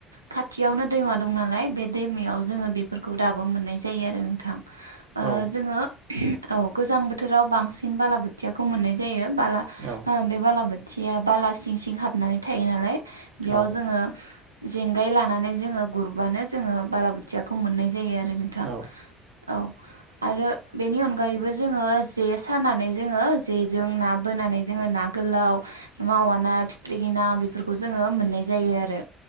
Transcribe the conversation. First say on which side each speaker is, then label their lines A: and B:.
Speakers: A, on the right (about 85°); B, on the right (about 60°).
A: खाथियावनो दैमा दं नालाय बे दैमायाव जोङो बेफोरखौ दाबो मोननाय जायो आरो नोंथां। ओं
B: औ
A: जोङो। औ गोजां बोथोराव बांसिन बाला बोथियाखौ मोननाय जायो। बाला
B: औ
A: बे बाला बो बोथिया बाला सिं सिं हाबनानै थायो नालाय। बेयाव
B: औ
A: जोङो जेंगाय लानानै जोङो। ग्रुरबानो जोङो बाला बोथियाखौ मोननाय जायो आरो नोंथां
B: औ
A: औ। आरो बेनि अनगायैबो जोङो जे सानानै जोङो जेजों ना बोनानै जोङो ना गोलाव मावा ना फिथ्रिखि ना बेफोरखौ जोङो मोननाय जायो आरो।